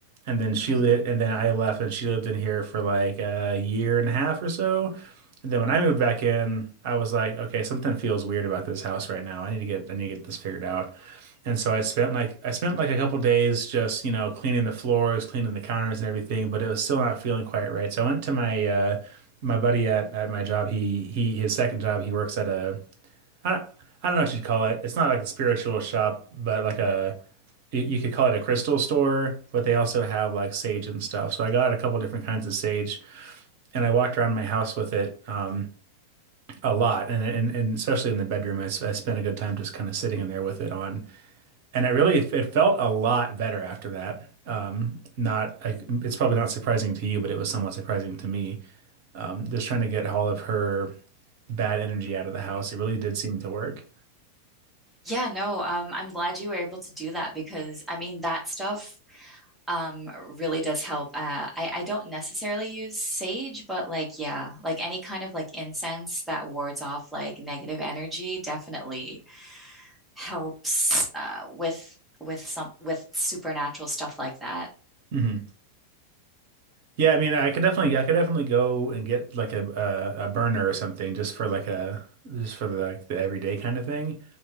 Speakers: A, on the right (about 50°); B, in the centre.
A: and then she
B: hmm
A: li and then I left, and she lived in here for like a year and a half or so. And then when I moved back in, I was like, okay, something feels weird about this house right now. I need to get I need to get this figured out. And so I spent like I spent like a couple days just, you know, cleaning the floors, cleaning the counters and everything, but it was still not feeling quite right. So I went to my uh my buddy at at my job. He he his second job, he works at a I don't I don't know what you'd call it. It's not like a spiritual shop, but like a you you could call it a crystal store, but they also have like sage and stuff. So I got a couple different kinds of sage and I walked around my house with it um a lot and and, and especially in the bedroom I, s- I spent a good time just kind of sitting in there with it on. And it really it felt a lot better after that. Um, not I, it's probably not surprising to you, but it was somewhat surprising to me. Um, just trying to get all of her bad energy out of the house, it really did seem to work.
B: Yeah, no, um, I'm glad you were able to do that because I mean, that stuff um really does help. Uh, I I don't necessarily use sage, but like yeah, like any kind of like incense that wards off like negative energy definitely helps uh with with some with supernatural stuff like that.
A: hmm Yeah, I mean, I could definitely I could definitely go and get like a, a a burner or something just for like a just for the, like the everyday kind of thing.